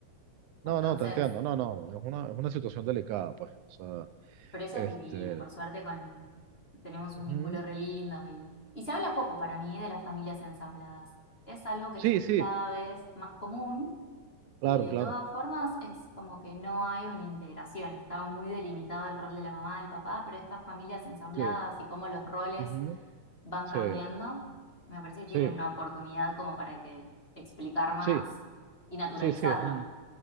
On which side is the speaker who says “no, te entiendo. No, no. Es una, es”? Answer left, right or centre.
Right